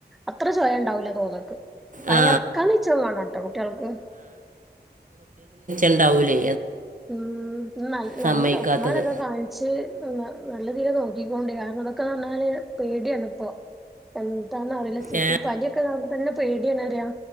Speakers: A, in the centre; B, on the right.
A: അത്ര ചോയ ഇണ്ടാവൂല തോന്ന്ന്ണ്ട് <unintelligible>
B: ആ
A: എറക്കാൻ ഇച്ചം വേണട്ടോ കുട്ടിയൾക്ക്
B: ഇണ്ടാവൂലേ
A: ഉം
B: സമ്മതിക്കാത്തത്
A: നല്ല ഡോക്ടർമാരൊക്കെ കാണിച്ച് ഉം നല്ല തീല് ഓക്കെ നോക്കിക്കൊണ്ടി കാരണം ഇതൊക്കേന്ന് റഞ്ഞാല് പേടിയാണ് ഇപ്പൊ ന്ന അറിയില്ല സിട്ടി
B: ഏ
A: പനിയൊക്കെ ക ന്നെ പേടിയണ്പറയ